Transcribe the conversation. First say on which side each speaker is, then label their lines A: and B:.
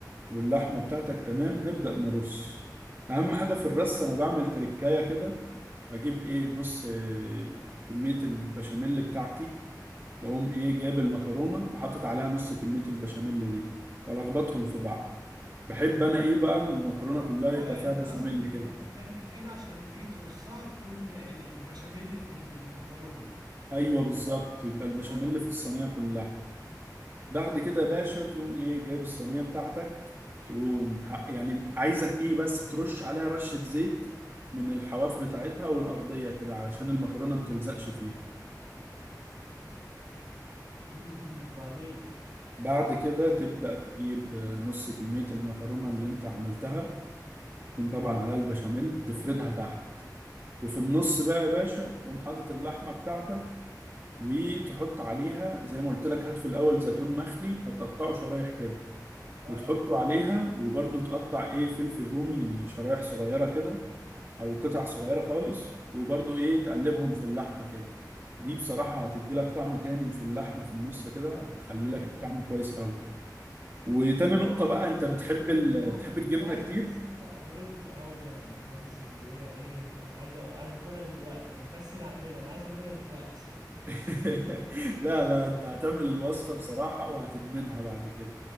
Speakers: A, on the right (about 35°); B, on the right (about 70°).
A: واللحمة بتاعتك تمام نبدأ نرص أهم حاجة في الرص أنا بعمل تركاية كده بجيب إيه نص آه، كمية البشاميل بتاعتي بقوم إيه جايب المكرونة وحاطط عليها نص كمية البشاميل دي وألخبطهم في بعض بحب أنا إيه بقى المكرونة
B: اه
A: كلها يبقى
B: اه يعني
A: فيها
B: انت
A: بشاميل
B: قصدك ان
A: كده
B: انت بتعمل كده عشان لما تيجي ترصها تكون ال- البشاميل في المكرونة
A: أيوه بالظبط يبقى البشاميل
B: ايوه
A: في الصينية كلها بعد كده يا باشا تقوم إيه جايب الصينية بتاعتك تقوم ح- يعني عايزك ايه بس ترش عليها رشة زيت من الحواف بتاعتها والأرضية كده علشان المكرونة ما تلزقش فيها
B: امم أمم. وبعدين
A: بعد كده تبدأ تجيب آه، نص كمية المكرونة اللي انت عملتها تكون طبعا عليها البشاميل تفردها تحت وفي النص بقى يا باشا تقوم حاطط اللحمة بتاعتك وتحط عليها زي ما قلت لك هات في الأول زيتون مخلي هتقطعه شرايح كده
B: ايوه
A: وتحطه عليها وبرضه تقطع ايه فلفل رومي شرايح صغيرة كده او قطع صغيره خالص وبرضو ايه تقلبهم في اللحمه كده دي بصراحه هتدي لك طعم تاني في اللحمه في النص كده هتخلي
B: امم
A: لك الطعم كويس قوي وتاني نقطة
B: أغريت-
A: بقى انت بتحب
B: خلي بالك
A: ال...
B: لا
A: بتحب الجبنة
B: قطعتك
A: كتير
B: بس انت اغرتني قوي يعني حاسس اللي هي ايه عايز أ- عايز اكلها دلوقتي انا مكسل اعملها انا عايز اكلها دلوقتي
A: <laughs> لا لا انت هتعمل الوصفة بصراحة وهتدمنها بعد كده